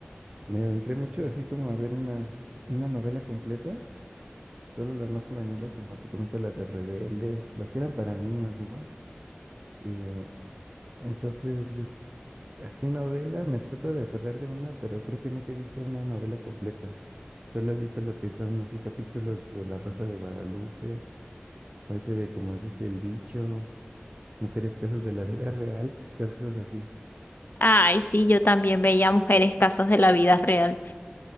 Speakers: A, on the right; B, on the left.
A: me adentré mucho así como a ver una, una novela completa, solo las más juveniles, como te comento, las de Rebelde, las que eran para niños, ¿no? Y eh, entonces, es- así novela, me trato de acordar de una, pero creo que nunca he visto una novela completa. Solo he visto lo que son así capítulos de La Rosa de Guadalupe, o ese de como dice el dicho. Mujeres casos de la vida real, cosas así.
B: Ay, sí, yo también veía mujeres casos de la vida real,